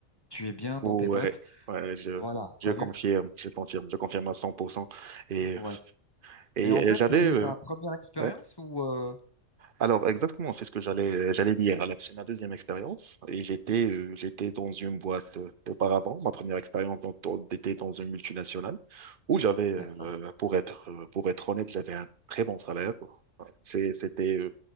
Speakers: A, on the left; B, on the right.
A: Tu es bien dans
B: Ouais,
A: tes bottes.
B: ouais, je,
A: Voilà,
B: je
A: t'as
B: confirme,
A: vu?
B: je confirme, je confirme à 100%. Et,
A: Ouais.
B: et,
A: Et en
B: et
A: fait,
B: j'allais,
A: c'était
B: euh,
A: ta première expérience
B: ouais,
A: ou... euh,
B: Alors exactement, c'est ce que j'allais euh, j'allais dire. Alors, C'est ma deuxième expérience et j'étais euh, j'étais dans une boîte euh, auparavant. Ma première expérience dans, dans- était dans une multinationale où j'avais euh,
A: D'accord,
B: pour être euh, pour être honnête, j'avais un très bon salaire. C'est- C'était euh,